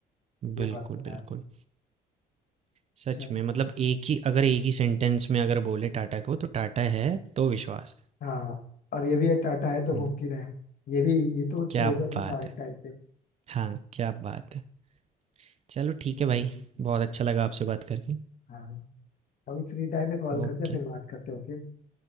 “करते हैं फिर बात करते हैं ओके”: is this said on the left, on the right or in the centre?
Left